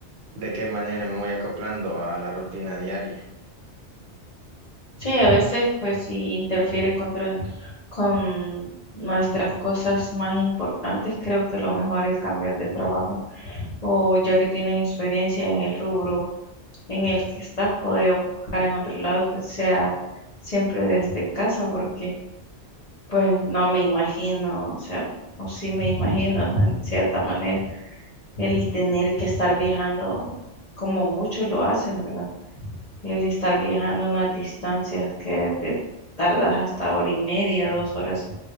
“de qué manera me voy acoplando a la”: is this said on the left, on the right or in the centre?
Right